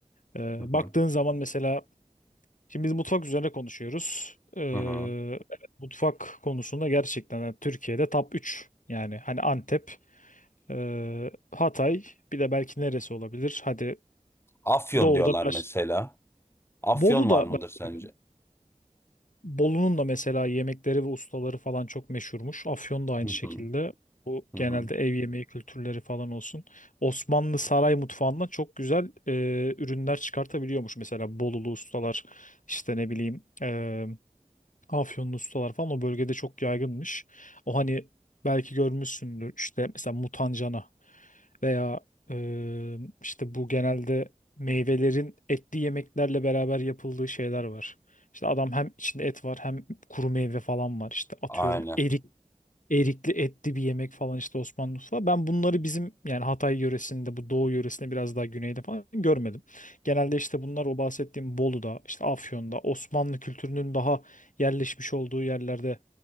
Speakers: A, on the left (about 70°); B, on the left (about 20°).
A: Ee,
B: Hı hı.
A: baktığın zaman mesela şimdi biz mutfak üzerine konuşuyoruz. Ee,
B: Hı hı.
A: evet, mutfak konusunda gerçekten yani Türkiye'de top üç Yani hani Antep, e, Hatay bir de belki neresi olabilir? Hadi
B: Afyon
A: Doğu'da
B: diyorlar
A: baş...
B: mesela. Afyon
A: Bolu
B: var
A: da
B: mıdır
A: ben
B: sence?
A: duydum. Bolu'nun da mesela yemekleri ve ustaları falan çok meşhurmuş. Afyon da aynı
B: Hı
A: şekilde.
B: hı,
A: Bu
B: hı
A: genelde
B: hı.
A: ev yemeği kültürleri falan olsun. Osmanlı saray mutfağından çok güzel e, ürünler çıkartabiliyormuş. Mesela Bolulu ustalar işte ne bileyim e, Afyonlu ustalar falan o bölgede çok yaygınmış. O hani belki görmüşsündür işte mesela mutancana veya e, işte bu genelde meyvelerin etli yemeklerle beraber yapıldığı şeyler var. İşte adam hem içinde et var hem kuru meyve falan var. İşte atıyorum
B: Aynen.
A: erik erikli etli bir yemek falan işte Osmanlı mutfağı. Ben bunları bizim yani Hatay yöresinde bu Doğu yöresinde biraz daha güneyde falan görmedim. Genelde işte bunlar o bahsettiğim Bolu'da işte Afyon'da Osmanlı kültürünün daha yerleşmiş olduğu yerlerde